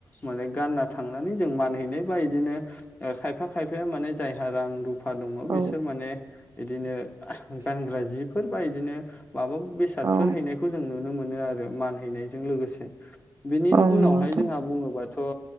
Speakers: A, on the left; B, on the right.
A: माने गानना थांनानै जों मानहैनाय बा इदिनो ओ खायफा खायफाया माने जायहा रां रु फा दङ
B: औ
A: बिसोर माने बिदिनो गानग्रा जिफोर बा इदिनो माबा बे सादफोर
B: औ
A: हैनायखौ जों नुनो मोनो आरो मान हैैनायजों लोगोसे बेनि
B: औ
A: उनावहाय
B: नंगौ नोंथां
A: जोंहा बुङोबाथ' ओ